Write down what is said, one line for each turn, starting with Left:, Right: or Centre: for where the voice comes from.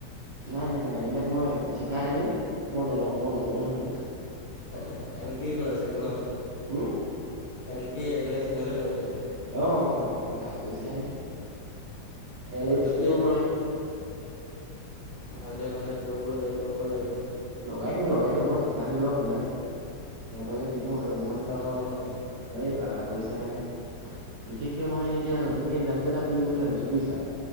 Right: নাই- নাই -নাই এইবিলাক মই ঠিকাহে দিওঁ। মই নলওঁ, মই নকৰোঁ নহয় নিজে।
Left: হে এনেকেই কৰে চাগে ন?
Right: উম?
Left: এল কে এল এফ ইহলে গৈ থাকে।
Right: অ', অ', অ', বাহ কৈছাই নে এল
Left: হয়ো
Right: এক্স কিয়
Left: দিয়া
Right: কৰে?
Left: ভালে-ভালে কৰিব লাগে -কৰিব লাগে।
Right: লগাই দিওঁ -লগাই দিওঁ মই ঠিকা লৈ লওঁ এইবিলাক সিহঁতকে দি দিওঁ আৰু মই
Left: হয় -হয়।
Right: এই বা পয়ছা এনে নাই বিশেষকে মই এতিয়া নতুনকে ইণ্ডাষ্ট্ৰি এটা খুলিম বুলি ভাবিছোঁ বুইছা?